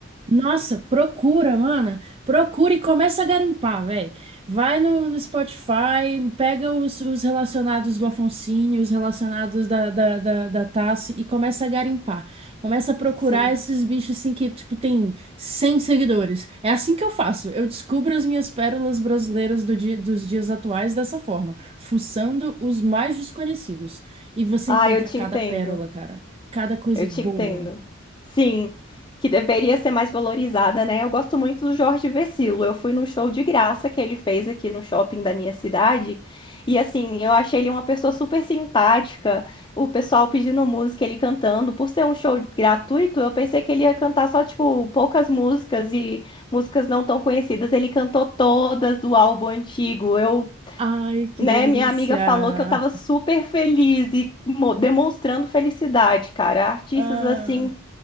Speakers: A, on the right (about 30°); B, on the left (about 25°).
A: Nossa, procura, mana. Procura e começa a garimpar, velho. Vai no, no Spotify, pega os, os relacionados do Afonsinho, os relacionados da, da, da, da Tassi e começa a garimpar. Começa a procurar
B: Sim.
A: esses bichos assim que, tipo, tem 100 seguidores. É assim que eu faço. Eu descubro as minhas pérolas brasileiras do dia- dos dias atuais dessa forma, fuçando os mais desconhecidos. E você
B: Ah,
A: encontra
B: eu te
A: cada
B: entendo.
A: pérola, cara. Cada coisa
B: Eu
A: boa.
B: te entendo. Sim, que deveria ser mais valorizada, né? Eu gosto muito do Jorge Vercillo. Eu fui num show de graça que ele fez aqui no shopping da minha cidade. E assim, eu achei ele uma pessoa super simpática. O pessoal pedindo música, ele cantando. Por ser um show gratuito, eu pensei que ele ia cantar só, tipo, poucas músicas e músicas não tão conhecidas. Ele cantou todas do álbum antigo. Eu
A: Ai, que
B: né,
A: delícia!
B: minha amiga falou que eu tava super feliz e mo- demonstrando felicidade, cara. Artistas
A: Ah,
B: assim,